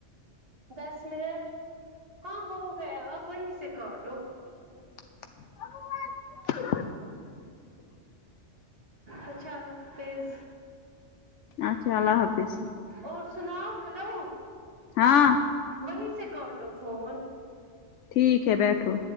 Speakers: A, on the right; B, on the left.
A: دس منٹ ہاں ہو گیا آپ وہیں سے کاٹو
B: <unintelligible>
A: اچھا اللہ حافظ
B: اچھا اللہ حافظ
A: اور سناؤ ہلو
B: ہاں
A: وہیں سے کاٹو فون
B: ٹھیک ہے بیٹھو